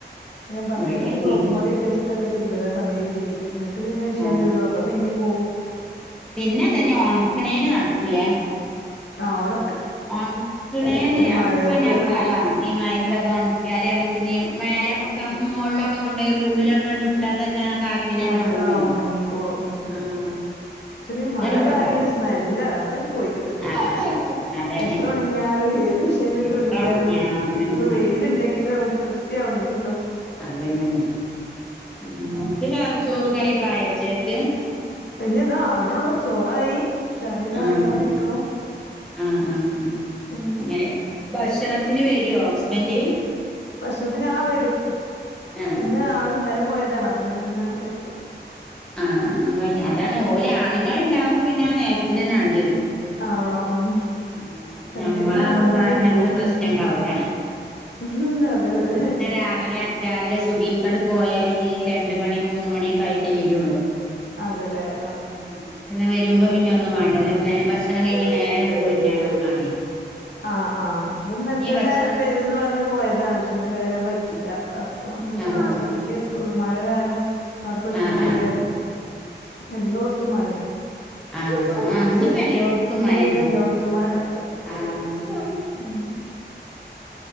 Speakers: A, on the left (about 75°); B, in the centre.
A: ലെ ബക്കറ്റിൽ
B: ഇവിടെ അങ്ങനെയാ
A: സോപ്പും പൊടി ഇട്ടച്ചിട്ടൊക്കെ തിരുമ്പോല സമയമല്ലെങ്കിൽ ഇന്നിട്ട് ഇട്ട് പിന്നെ മിഷേൻൽ
B: ആ
A: ഇടും അപ്പൊ പിന്നും പോവും
B: പിന്നെ തന്നെ ഒണക്കണേന് നടക്കൂലേ
A: ആഹ് ഒണ
B: ഒണക്കണേന് അതിപ്പ
A: മഴയത്ത്
B: ഞമ്മള ആ ഈ മയത്തൊക്കെ
A: ഉം
B: ഉണക്കിയാല് നമ്മക്ക് ഇനി മേലെ മുകളളിലൊക്കെ കൊണ്ടയി റൂമിലൊക്കെ അങ്ങ് ഇട്ടാതന്നെ ആ കാറ്റിനന്നെ
A: അതെ
B: ഉണങ്ങുവല്ലോ
A: ആ ഒണങ്ങിക്കോളും ഉം
B: ആഹ്
A: പക്ഷെ ഈ മഴ
B: ഉപകാരം
A: കാരണ ഒരു സ്മെല്ലാണ് അതാണ് പോയി കിട്ടണില്ല
B: ആഹ് അതന്നെ
A: എത്ര ഉണങ്ങിയാലും ഏത് മിഷയത്തിലിട്ട്
B: എത്ര
A: ഉണിക്കിയാലും
B: ഉണങ്ങിയാലും
A: ഇപ്പ വെയിലുണ്ടെങ്കിലും നമ്മുക്ക് തൃപ്തിയാവണില്ലേല്ലോ
B: അതെങ്ങനെ നനക്ക് കറിയും ചോറു ഒക്കെ ആയോച്ചേക്ക്
A: ഇല്ല ഇതാ ആവിണള്ളൂ ചോറായി കറി ഇതായിക്കൊണ്ടിരിക്കണു
B: ആഹ് ആഹ് ആഹ്
A: ഉം
B: അങ്ങനെ ഭക്ഷണ ത്തിന് വേരുയോ ഹസ്ബൻ്റ്
A: ഭക്ഷണത്തിന് ആ വരും
B: ആഹ്
A: ഇന്ന് ആള് ഇന്നലെ പോയതാണ് അപ്പൊ ഇന്ന് എത്തു
B: ആ പ അതാണ് ഓലെ ആണുങ്ങൾ ഉണ്ടാവുമ്പോ പിന്നെ ആ നേരത്തിന് തന്നെ വണ്ടി വരും
A: ആണോ ഉം
B: ആ
A: അല്ലേ
B: ഞമ്മളാവുമ്പോ
A: പിന്നെ നമ്മള് ഇങ്ങനെ
B: അങ്ങനന്ത
A: ഇരിക്കും ഉം
B: പ്രശ്നം ഉണ്ടാവൂല
A: ഉം അതെ
B: ഇവിടെ
A: അതെ
B: പിന്നെ രാവിലെ രാവിലെ സുബഹി എിക്കാട് പോയാലും ഇീ രണ്ട മണി മൂന്ന് മണിയൊക്കെ ആയിട്ടേ വരുുള്ളൂ
A: അതെല്ലേ ആഹ്
B: ആ പിെ വരുമ്പോ
A: ഇവര്
B: പിന്നെ ഒന്നും വേണ്ട കക്ഷണം കഴിഞ്ഞഞ് നേരങ്ങട്ട പോയിട്ട ആണോ ആണെ
A: ആഹ് ആഹ് അത് ഇന്നലെ തന്നെ
B: ഭക്ഷണം
A: വരുംന്ന് പറഞ്ഞഞ് പോയതാണ് പക്ഷെ ഇന്നലെ വരാൻ പറ്റിയില്ല ആ ഇപ്പൊ വന്നിപ്പ
B: ആഹ്
A: ഇനി ഉച്ചക്കരക്ക് എത്തുള്ളൂ മഴ കാരണം അവിടെ പെട്ടു
B: ആഹ്
A: ഈറി
B: ആഹ്
A: എല്ലായിടത്തും മഴ
B: ആ ആ് അ എല്ലടത്തും
A: ഇന്നൊരുവിധം
B: മന്നെ
A: എല്ലോടത്തും മഴയുണ്ട്
B: ആ <unintelligible>
A: ഉം